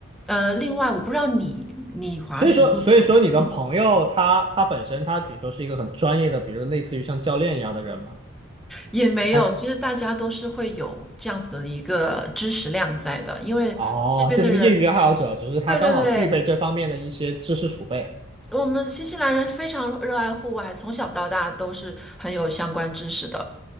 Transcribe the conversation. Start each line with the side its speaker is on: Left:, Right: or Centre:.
Centre: 呃，另外我不知道你你滑雪部数，
Right: 所以说，所以说你的朋友他他本身他比如说是一个很专业的，
Centre: 嗯
Right: 比如类似于像教练一样的人嘛。
Centre: 也没有，
Right: 还是
Centre: 其实大家都是会有这样子的一个知识量在的，因为这边的人，
Right: 哦，就是个业余爱好者，只是他刚好具备这方面的一些知识储备。
Centre: 对对对。我们新西兰人非常热爱户外，从小到大都是很有相关知识的。